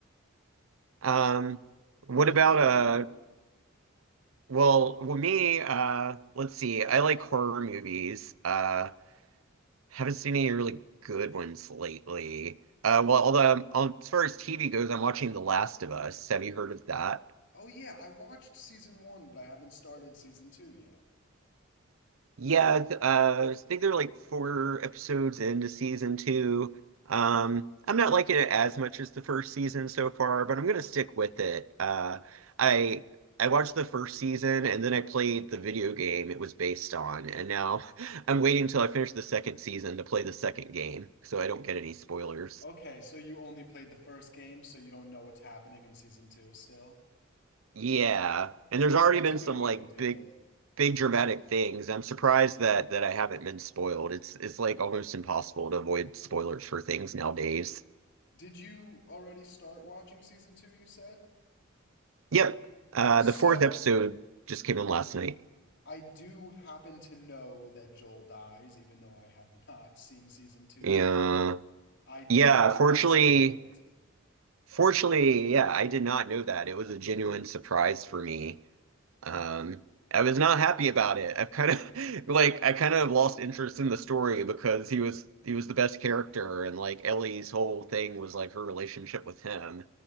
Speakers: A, on the right; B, on the left.
A: Um, what
B: What
A: about
B: about you?
A: uh? Well, well, me. Uh, let's see. I like horror movies. Uh, haven't seen any really good ones lately. Uh, well, although um, um, as far as TV goes, I'm watching The Last of Us. Have you heard of that?
B: Oh, yeah, I watched season one, but I haven't started season two yet.
A: Yeah, th- uh, I think they're like four episodes into season two. Um, I'm not liking it as much as the first season so far, but I'm gonna stick with it. Uh, I I watched the first season and then I played the video game it was based on, and now <laughs> I'm waiting until I finish the second season to play the second game so I don't get any spoilers.
B: Okay, so you only played the first game, so you don't know what's happening in season two still?
A: Yeah. And there's
B: Okay,
A: already
B: that's
A: been
B: a good
A: some
B: way
A: like
B: to do
A: big
B: it.
A: big dramatic things. I'm surprised that that I haven't been spoiled. It's it's like almost impossible to avoid spoilers for things nowadays.
B: Did you already start watching season two, you said?
A: Yep. Uh
B: So,
A: the fourth episode just came in last night.
B: I do happen to know that Joel dies, even though I have not seen season two
A: Yeah.
B: yet. I did
A: Yeah,
B: get
A: fortunately
B: that spoiled.
A: fortunately, yeah, I did not know that. It was a genuine surprise for me. Um, I was not happy about it. I've kind of <laughs> like I kind of lost interest in the story because he was he was the best character and like Ellie's whole thing was like her relationship with him.